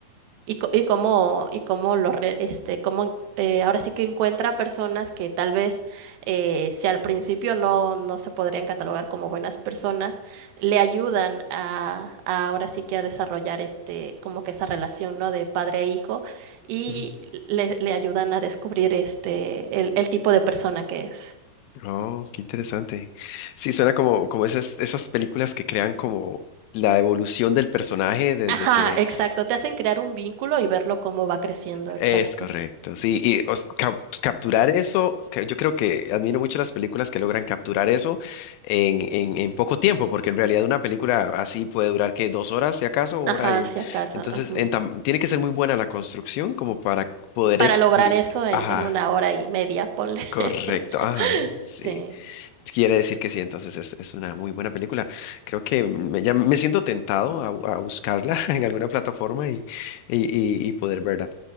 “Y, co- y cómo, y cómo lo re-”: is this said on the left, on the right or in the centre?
Right